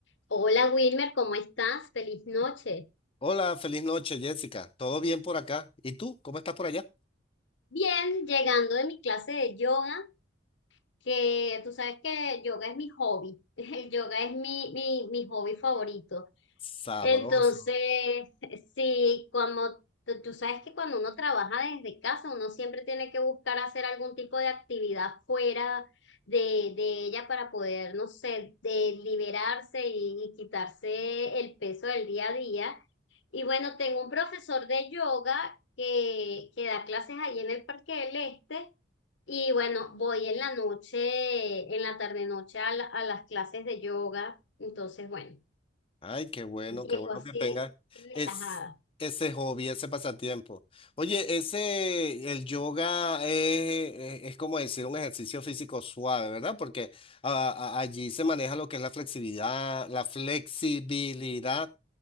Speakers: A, on the left; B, on the left.
A: Hola Wilmer, ¿cómo estás? Feliz noche.
B: Hola, feliz noche, Jessica. ¿Todo bien por acá? ¿Y tú? ¿Cómo estás por allá?
A: Bien, llegando de mi clase de yoga, que tú sabes que yoga es mi hobby. <laughs> El yoga es mi, mi, mi hobby favorito.
B: Sabroso.
A: Entonces, sí, como tú, tú sabes que cuando uno trabaja desde casa, uno siempre tiene que buscar hacer algún tipo de actividad fuera de, de ella para poder, no sé, de liberarse y y quitarse el peso del día a día. Y bueno, tengo un profesor de yoga que, que da clases allí en el Parque del Este. Y bueno, voy en la noche, en la tarde-noche a, la- a las clases de yoga. Entonces, bueno,
B: Ay, qué bueno,
A: llego
B: qué bueno
A: así
B: que tengas
A: relajada.
B: es, ese hobby, ese pasatiempo. Oye, ese, el yoga es, es- es como decir un ejercicio físico suave, ¿verdad? Porque a- a- allí se maneja lo que es la flexibilidad, la flexibilidad,